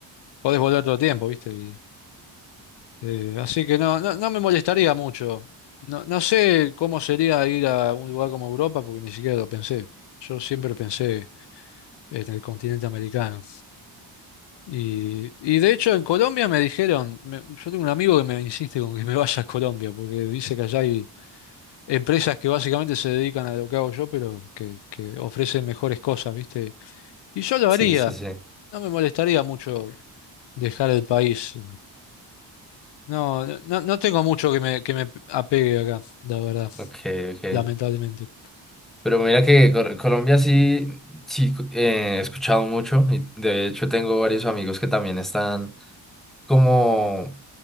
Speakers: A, on the left; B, in the centre.
A: podés volver todo el tiempo, ¿viste? Y Eh, así que no, no, no me molestaría mucho. No, no sé cómo sería ir a un lugar como Europa, porque ni siquiera lo pensé. Yo siempre pensé en el continente americano. Y, y de hecho en Colombia me dijeron, me- yo tengo un amigo que me insiste con que me vaya a Colombia, porque dice que allá hay empresas que básicamente se dedican a lo que hago yo, pero que, que ofrecen mejores cosas, ¿viste? Y yo lo
B: Sí,
A: haría,
B: sí, sí.
A: no me molestaría mucho dejar el país. No, no, no no tengo mucho que me, que me apegue acá, la verdad.
B: Ok, ok.
A: lamentablemente.
B: Pero mira que Cor- Colombia sí, sí, eh, he escuchado mucho y de hecho tengo varios amigos que también están como